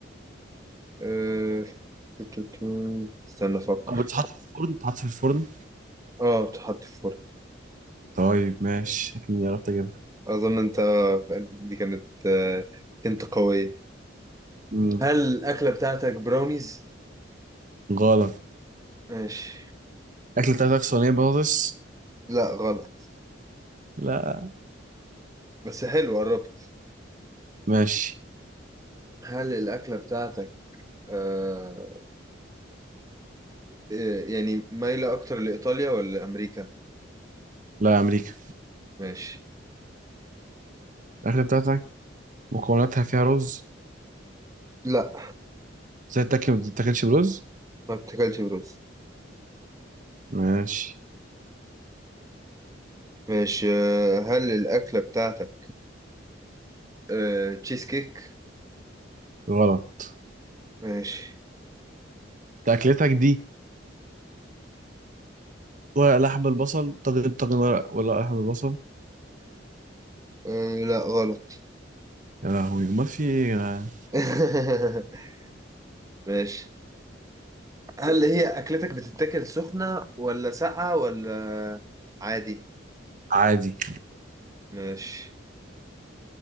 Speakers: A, on the right; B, on the right.
A: أه تو- تو- تو. استنى أفكر
B: أو بتتحط في الفرن بتتحط في الفرن
A: اه بتحط في فرن
B: طيب ماشي شكلي عرفت أجيبها
A: أظن أنت دي كانت آه، أنت قوية
B: مم.
A: هل الأكلة بتاعتك براونيز؟
B: غلط
A: ماشي
B: الأكلة بتاعتك صينية بطاطس
A: لا غلط
B: لا
A: بس حلو قربت
B: ماشي
A: هل الأكلة بتاعتك آه إيه، يعني مايلة أكتر لإيطاليا ولا أمريكا؟
B: لا يا أمريكا
A: ماشي
B: الأكلة بتاعتك مكوناتها فيها رز
A: لا
B: زي التاكل ما بتتاكلش برز
A: ما بتاكلش بروز
B: ماشي
A: ماشي آه هل الأكلة بتاعتك آه تشيز كيك؟
B: غلط
A: ماشي
B: أنت أكلتك دي ورق لحم البصل طاجن طاجن ورق ولا لحم البصل
A: آه لا غلط
B: يا لهوي أمال في إيه يا جدعان؟
A: <laughs> ماشي هل هي أكلتك بتتاكل سخنة ولا ساقعة ولا عادي؟
B: عادي
A: ماشي